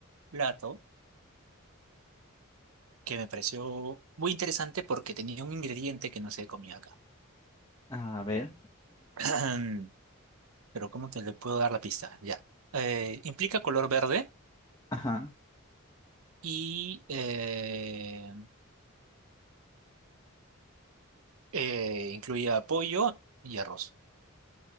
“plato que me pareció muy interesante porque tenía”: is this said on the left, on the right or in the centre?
Right